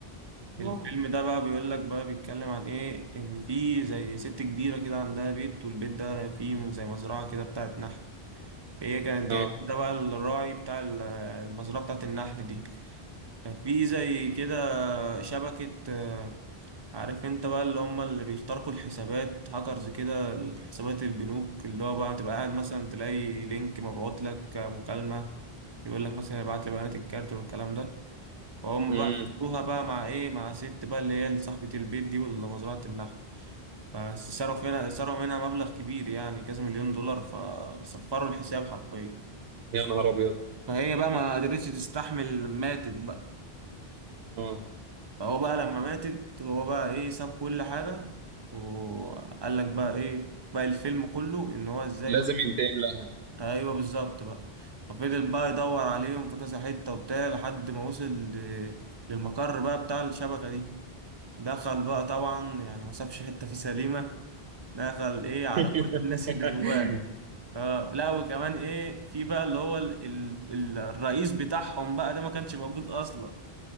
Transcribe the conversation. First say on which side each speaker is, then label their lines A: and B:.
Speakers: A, on the right; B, on the right.
A: <laughs>
B: الفيلم
A: آه.
B: ده بقى بيقول لك بقى بيتكلم عن ايه ان في زي ست كبيره كده عندها بيت والبيت ده فيه زي مزرعه كده بتاعت نحل هي كانت مم. جايبه
A: اه
B: ده بقى الراعي بتاع ال- المزرعه بتاعت النحل دي ففي زي كده شبكه آه، عارف انت بقى اللي هم اللي بيخترقوا الحسابات هاكرز كده حسابات البنوك اللي هو بقى تبقى قاعد مثلا تلاقي لينك مبعوت لك آه، مكالمه يقول لك مثلا ابعت لي بيانات الكارت والكلام ده فهم
A: امم
B: بقى عملوها بقى مع ايه مع ست بقى اللي هي صاحبة البيت دي واللي مزرعة النحل بس صرفوا منها صرفوا منها مبلغ كبير يعني كذا مليون دولار فصفروا الحساب حرفيا
A: يا نهار ابيض
B: فهي بقى ما قدرتش تستحمل ماتت بقى
A: اه
B: فهو بقى لما ماتت هو بقى ايه ساب كل حاجة وقال لك بقى ايه بقى الفيلم كله ان هو ازاي
A: لازم
B: بقى
A: ينتقم لها
B: ايوه بالظبط بقى ففضل بقى يدور عليهم في كذا حتة وبتاع لحد ما وصل ل- للمقر بقى بتاع الشبكة دي دخل بقى طبعا يعني ما سابش حته فيه سليمه دخل ايه على
A: <laughs>
B: كل الناس اللي جواه اه لا وكمان ايه في بقى اللي هو ال ال الرئيس بتاعهم بقى ده ما كانش موجود اصلا